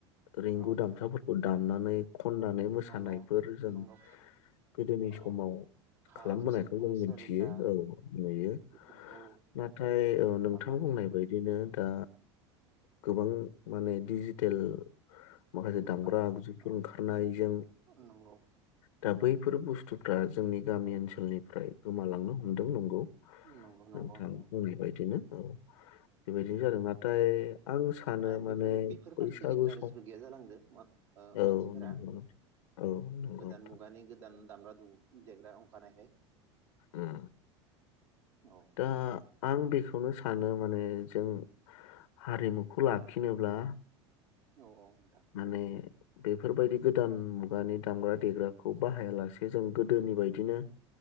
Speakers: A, on the left (about 80°); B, on the right (about 75°).
A: रिंगु
B: औ
A: दामसाफोरखौ दामनानै खननानै मोसानायफोर
B: नंगौ
A: जों
B: नंगौ
A: गोदोनि
B: औ
A: समाव
B: खाम
A: खालामबोनायखौ
B: सिफुं
A: जों मिथियो
B: सेरजा
A: औ नुयो
B: बेफोरखौ
A: नाथाय औ नोंथां
B: दामनानै
A: बुंनाय बायदिनो दा गोबां माने डिजिटेल माखासे दामग्रा
B: मुगा
A: आगजुफोर
B: औ
A: ओंखारनायजों
B: नंगौ
A: दा बै बेफोर बुस्थुफ्रा जोंनि गामि ओनसोलनिफ्राय गोमालांनो हमदों नंगौ।
B: नंगौ नंगौ
A: नोंथां
B: नंगौ
A: बुंनायबायदिनो औ। बेबायदिनो जादों नाथाय आं सानो
B: आरो बेफोर
A: माने
B: बेफोर फारसे
A: बैसागु
B: इन्टारेस्टबो
A: सम
B: गैया जालांदों मा ओ
A: औ
B: मानसिफोरा
A: नंगौ नोंथां औ नंगौ
B: गोदान
A: नोंथां
B: मुगानि गोदान दामग्रा दु देग्रा अखारनायखाय
A: उम
B: औ
A: दा आं बेखौनो सानो माने जों हारिमुखौ लाखिनोब्ला
B: औ औ नोंथां
A: माने बेफोरबायदि गोदान मुगानि दामग्रा देग्राखौ बाहायालासे जों गोदोनि बायदिनो